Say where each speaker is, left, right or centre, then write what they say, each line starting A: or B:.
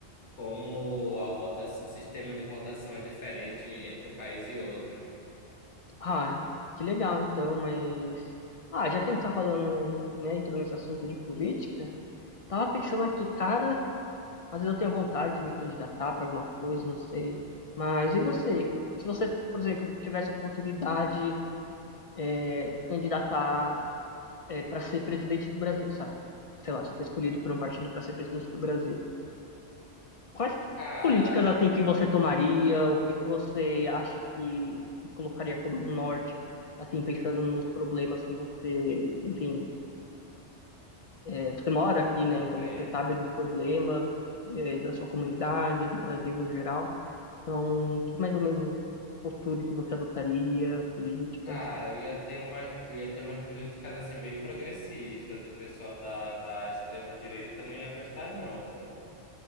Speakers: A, on the left (about 85°); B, on the left (about 55°).
A: como a votação, o sistema de votação é diferente entre um país e outro.
B: Ah, que legal então, mas. Ah, já que a gente tá falando, né, entrou nesse assunto de política, tava pensando aqui, cara, às vezes eu tenho vontade de me candidatar pra alguma coisa, não sei. Mas e você? Se você, por exemplo, tivesse a oportunidade, é, de se candidatar, é, para ser presidente do Brasil, sabe? Sei lá, você foi escolhido por um partido para ser presidente do Brasil. Quais
A: Cara,
B: políticas assim que você tomaria? O que que você acha que colocaria como um norte, assim, pensando nos problemas que você, enfim, é, você mora aqui, né?
A: enfrenta.
B: Então você sabe dos problemas, é, da sua comunidade, do Brasil no geral. Então, que mais ou menos postura que você adotaria, políticas?
A: Cara, eu ia ter uma, eu ia ter umas políticas assim bem progressistas. O pessoal da, da extrema direita não ia gostar, não. pô.